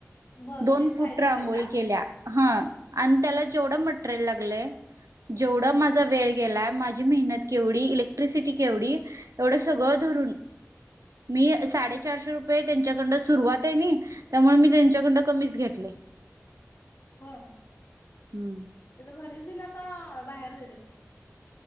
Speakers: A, on the left (about 55°); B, on the right (about 80°).
A: बर म्हणजे
B: दोन
A: साईज
B: फुट रांगोळी
A: वर आहे का
B: केल्या ह आणि त्याला जेवढ मटरेल लागलय जेवढ माझ वेळ गेला माझी मेहत केवढी इलेक्ट्रिसिटी केवढी एवढ सगळ धरून मी साडे चारशे रुपये त्यांच्याकंड सुरुवात हाय नि त्यामुळे मी त्यांच्याकंड कमीच घेटलय
A: होय.
B: हम्म.
A: तीथ घरीच दिला का बाहेर दिलय.